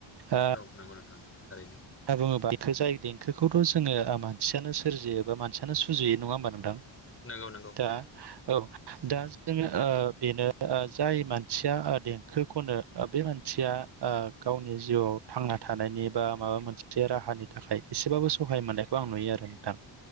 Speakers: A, on the right; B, on the left.
A: ओ
B: वरनांगौथां थारैनो
A: दा बुङोबा बेखो जायो देंखोखौथ' जोङो मानसियानो सोरजियो बा मानसियानो सुजुयो नङा ह होनोमबा नोंथां।
B: नंगौ नंगौ।
A: दा औ दा जोङो बेनो जाय मानसिया देंखोखौनो। बे मानसिया गावनि जिउआव थांना थानायनि बा माबा मोन से राहानि थाखाय एसेबाबो सहाय मोननायखौ आं नुयो आरो नोंथां।